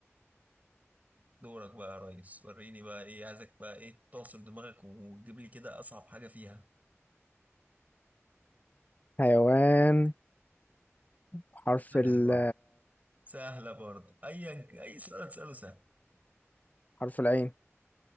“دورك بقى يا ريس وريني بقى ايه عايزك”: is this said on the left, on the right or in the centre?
Right